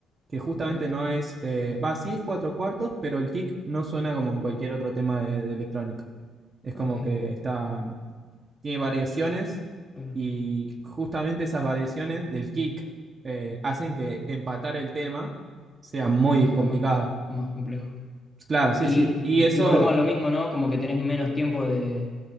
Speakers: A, on the right (about 35°); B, on the left (about 15°).
A: que justamente
B: Break,
A: no es, eh, va, sí es cuatro cuartos, pero el kick no suena como en cualquier otro tema de, de electrónica. Es
B: ok,
A: como que está, tiene variaciones
B: claro.
A: y justamente esas variaciones del kick eh, hacen que empatar el tema sea muy
B: O sea,
A: complicado.
B: más, más complejo.
A: Claro, sí,
B: Y,
A: sí.
B: y,
A: Y eso
B: y volvemos a lo mismo, ¿no? Como que tenés menos tiempo de